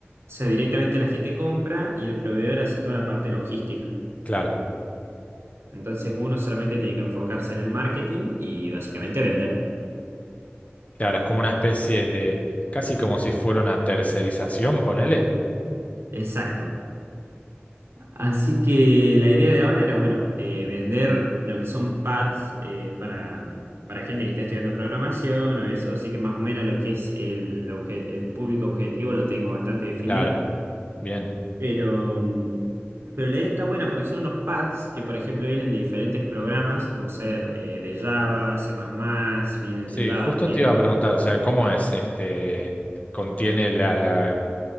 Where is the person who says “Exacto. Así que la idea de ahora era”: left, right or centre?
Right